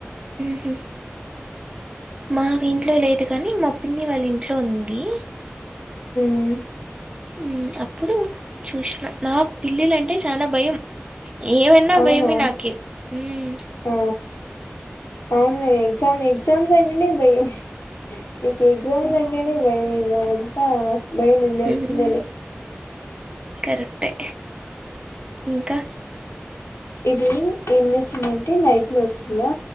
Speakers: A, on the right (about 20°); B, on the left (about 70°).
A: మ్ హు మాకు ఇంట్లో లేదు గాని మా పిన్ని వాళ్ళ ఇంట్లో ఉంది
B: మ్
A: మ్ అప్పుడు చూసిన నాకు పిల్లిలంటే చానా భయం ఏమన్నా
B: అవునా
A: భయమే నాకి మ్మ్
B: ఆ అవునులే ఎగ్జామ్ ఎగ్జామ్స్ అంటేనే భయం నీకు ఎగ్జామ్స్ అంటేనే భయం ఇంకా అంతా భయం ఉంల్సిందిలే
A: ఉమ్ కరెక్టే ఇంకా
B: ఇది ఏం చేస్తుందంటే నైట్ లో వస్తుందా